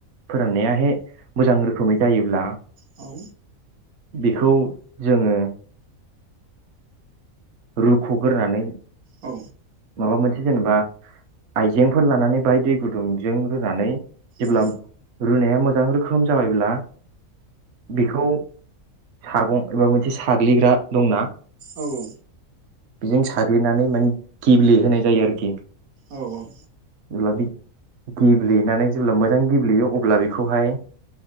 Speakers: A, on the right (about 60°); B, on the right (about 80°).
A: फोराननायाहाय मोजां रोखोमै जायोब्ला
B: औ
A: बेखौ जोङो रुख'ग्रोनानै
B: औ
A: माबा मोनसे जेनेबा आइजेंफोर लानानै बायदि गुदुंजों रुनानै जेब्ला
B: औ
A: रुनाया मो मोजां रोखोम जाबायब्ला बेखौ सागं एबा मोनसे साग्लिग्रा दंना
B: औ औ
A: बेजों साग्लिनानै माने गेब्लेहोनाय जायो आरोखि।
B: औ औ
A: जेब्ला बे गेब्लेनानै जेब्ला मोजां गेब्लेयो अब्ला बेखौहाय